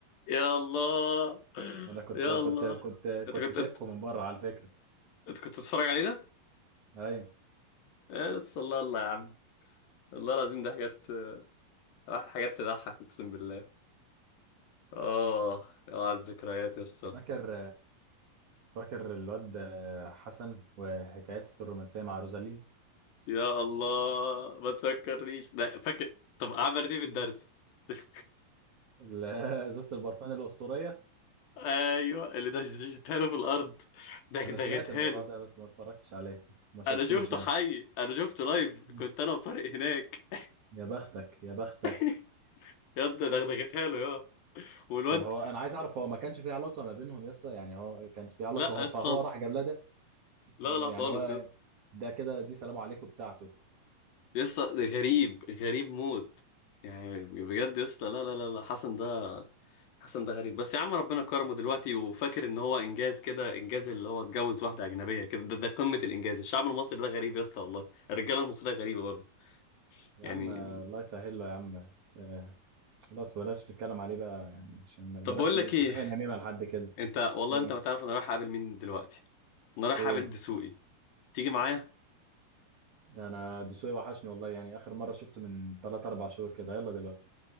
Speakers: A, on the left (about 80°); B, on the right (about 55°).
A: يا الله
B: ما انا كنت
A: يا
B: كنت
A: الله
B: كنت
A: انت
B: كنت
A: كنت
B: شايفكم من بره على فكرة
A: انت كنت بتتفرج علينا؟
B: ايوه
A: آه، بس الله الله يا عم والله العظيم ده حاجات آه، حاجات تضحك اقسم بالله اه يا على الذكريات يا اسطى
B: فاكر فاكر الواد حسن وحكايته الرومانسية مع روزالين
A: يا الله ما تفكرنيش ده فاكر طب عملت ايه في الدرس؟ <laughs>
B: ال- <laughs> ازازة البرفان الأسطورية
A: ايوه اللي دشدشتها له في الارض ده دغيتها
B: انا سمعت الموضوع
A: له
B: ده بس ما اتفرجتش عليه ما شفتوش
A: انا شفته
B: يعني
A: حي انا شفته لايف
B: مم.
A: كنت انا وطارق هناك
B: يا بختك يا بختك
A: <laughs> يا ده دغدغتها له يا والواد
B: طب هو انا عايز اعرف هو ما كانش في علاقة ما بينهم يا اسطى يعني هو كان في علاقة
A: لا يا
B: هو
A: اسطى
B: فهو
A: خالص
B: راح جاب لها
A: لا لا
B: يعني
A: خالص
B: هو
A: يا اسطى
B: ده كده دي سلام عليكم بتاعته
A: يسطا ده غريب غريب موت يعني بجد يسطا لا لا لا لا حسن ده حسن ده غريب بس يا عم ربنا كرمه دلوقتي وفاكر ان هو انجاز كده انجاز اللي هو اتجوز واحده اجنبيه كده ده,
B: مم.
A: ده قمه الانجاز الشعب المصري ده غريب يسطا والله الرجاله المصريه غريبه برضه
B: يا
A: يعني
B: عم آه، الله يسهل له يا عم بس، آه، خلاص بلاش نتكلم عليه بقى يعني عشان ما- بلاش
A: طب بقول لك
B: كفايه
A: ايه
B: نميمه لحد كده
A: انت والله
B: ايه
A: انت ما تعرف انا رايح اقابل مين دلوقتي انا رايح
B: ايه
A: اقابل دسوقي تيجي معايا
B: انا دسوقي وحشني والله يعني اخر مره شفته من 3 4 شهور كده يلا دلوقتي